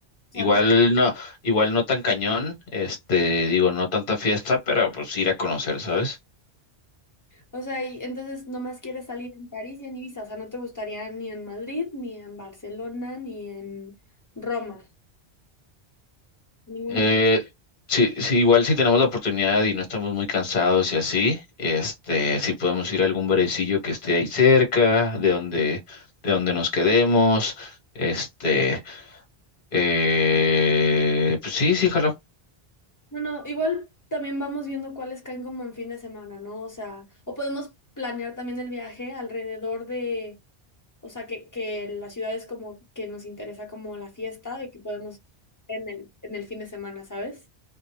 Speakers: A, on the left (about 20°); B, on the left (about 55°).
A: O sea,
B: Igual
A: no-
B: no, igual no tan cañón, este, digo, no tanta fiesta, pero pues ir a conocer, ¿sabes?
A: O sea, y entonces nomás quieres salir en París y en Ibiza, o sea, no te gustaría ni en Madrid, ni en Barcelona, ni en Roma, ninguna
B: Eh, sí, sí, igual si tenemos la oportunidad y no estamos muy cansados y así, este, si podemos ir a algún barecillo que esté ahí cerca, de donde, de donde nos quedemos, este, eh, pues sí, sí, jalo.
A: No, no, igual también vamos viendo cuáles caen como en fin de semana, ¿no? O sea, o podemos planear también el viaje alrededor de, o sea, que, que la ciudad es como que nos interesa como la fiesta, de que podemos en el, en el fin de semana, ¿sabes?